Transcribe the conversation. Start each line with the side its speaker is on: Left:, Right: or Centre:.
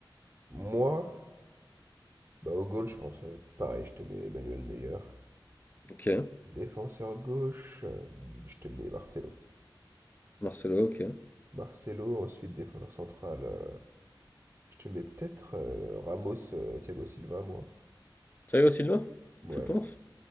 Right: Moi, bah au goal, je pense euh, pareil, je te mets Manuel Neuer.
Left: Ok.
Right: Défenseur gauche, euh, je te mets Marcelo.
Left: Marcelo, ok.
Right: Marcelo, ensuite défenseur central, euh, je te mets peut-être euh, Ramos, euh, Thiago Silva, moi.
Left: Thiago Silva?
Right: Ouais,
Left: Tu penses?